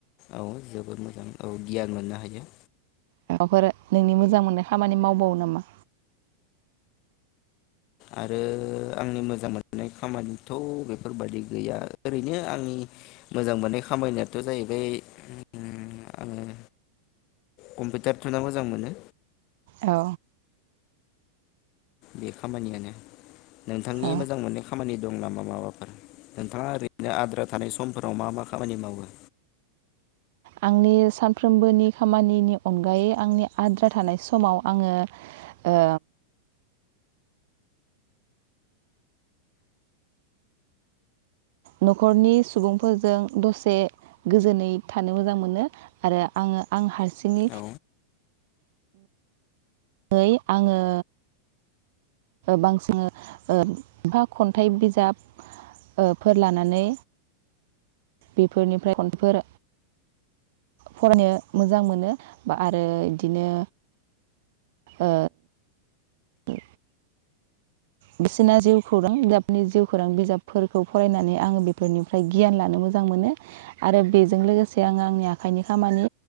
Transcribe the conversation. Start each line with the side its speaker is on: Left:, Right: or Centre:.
Left: औ जोबोद मोजां औ गियान मोननो हायो।
Right: माबाफोर नोंनि मोजां मोननाय खामानि मावबावो नामा?
Left: आरो आंनि मोजां मोननाय खामानिथ' बेफोरबायदि गैया। ओरैनो आंनि मोजां मोननाय खामानियाथ' जाहैबाय उम उम आङो कम्पिटार थुना मोजां मोनो।
Right: औ।
Left: बे खामानियानो नोंथांनि
Right: औ
Left: मोजां मोननाय खामानि दं नामा माबाफोर नोंथाङा ओरैनो आद्रा थानाय समफोराव मा मा खामानि मावो?
Right: आंनि सानफ्रोमबोनि खामानिनि अनगायै आंनि आद्रा थानाय समाव आङो ओ न'खरनि सुबुंफोरजों दसे गोजोनै थानो मोजां मोनो आरो आङो आं हारसिङै
Left: औ
Right: ङै आङो बांसिङो ओ फा खन्थाइ ओ बिजाबफोर लानानै बेफोरनिफ्राय खनफोर फरायनो मोजां मोनो बा आरो इदिनो ओ ओ बिसिना जिउ खौरां बिजाबनि जिउ खौरां बिजाबफोरखौ फरायनानै आङो बेफोरनिफ्राय गियान लानो मोजां मोनो आरो बेजों लोगोसे आङो आंनि आखाइनि खामानि